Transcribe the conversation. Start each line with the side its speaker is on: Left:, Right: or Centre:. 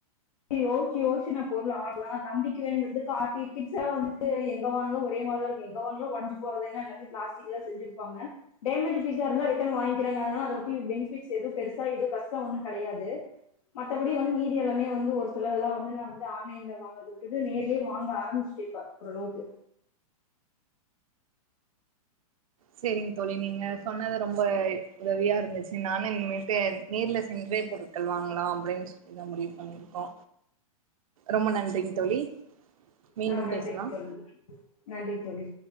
Left: டி யோசிச்சி யோசிச்சி நா பொருள் <inaudible> தம்பிக்கு வேணுங்றது <unintelligible> கிட்ஸ்சா வந்துட்டு எங்க வாங்னலு ஒரே மார்தாருக்கு எங்க வாங்னலு ஒஞ்சி போறதான எல்லாத்தியு பிளாஸ்ட்டிக்லதா செஞ்சிருப்பாங்க டேமேஜு பீஸாருந்தா ரிட்டன் வாய்ங்கிறேன் அதனால‌ அத பத்தி பெனிஃபிட்ஸ் எது பெருசா எதுவு கஷ்டோ ஒன்னு கெடையாது மத்தபடி வந்து மீதி எல்லாமே வந்து ஒரு சிலதெல்லா வந்து நா வந்து ஆன்லைன்ல வாங்கறத விட்டுட்டு நேர்லியே வாங்க ஆரமிச்ட்டே இப்ப ஒரளவுக்கு
Right: செரிங் தோழி நீங்க சொன்னது ரொம்ப உதவியாருந்துச்சு நானு இன்மேட்டு நேர்ல சென்றே பொருட்கள் வாங்லா அப்டின் சொல்லிதா முடிவு பண்ணிரு ஒ ரொம்ப நன்றிங் தோழி மீண்டும்
Left: ஆஹ் நன்றி
Right: பேசலாம்
Left: தோழி நன்றி தோழி